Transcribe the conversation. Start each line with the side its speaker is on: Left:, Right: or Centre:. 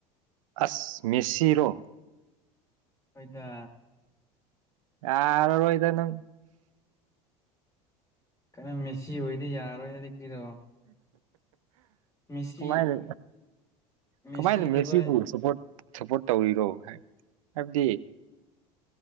Right: ꯑꯁ ꯃꯦꯁꯤꯔꯣ
Left: ꯍꯣꯏꯗ
Right: ꯌꯥꯔꯔ ꯏꯗꯅ
Left: ꯀꯩꯅꯣ ꯃꯦꯁꯤ ꯑꯣꯏꯗꯤ ꯌꯥꯔꯔꯣꯏ ꯍꯥꯏꯗꯤ ꯀꯔꯤꯔꯣ ꯃꯦꯁꯤ
Right: ꯀꯃꯥꯏꯅ
Left: ꯃꯦꯁꯤꯗꯤ
Right: ꯀꯃꯥꯏꯅ ꯃꯦꯁꯤꯕꯨ
Left: ꯚꯥꯏ
Right: ꯁꯄꯣꯔꯠ ꯁꯞꯄꯣꯔꯠ ꯇꯧꯔꯤꯔꯣ ꯍꯥꯏꯕꯗꯤ